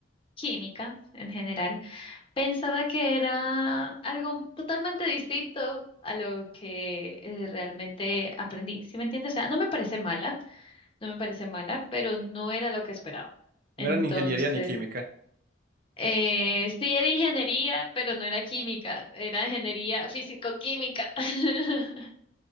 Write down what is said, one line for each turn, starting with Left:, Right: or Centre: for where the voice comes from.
Left: química en general, pensaba que era algo totalmente distinto a lo que eh, realmente aprendí. ¿Sí me entiendes? O sea, no me parece mala, no me parece mala, pero no era lo que esperaba. Entonces,
Right: No era ni ingeniería ni química,
Left: Eh, sí era ingeniería, pero no era química, era ingeniería físico-química. <laughs>